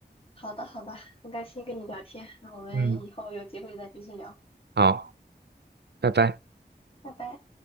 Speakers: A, on the left (about 30°); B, on the right (about 75°).
A: 好的，好的，很开心跟你聊天，那我们以后有机会再继续聊，
B: 嗯，好，拜拜。
A: 拜拜。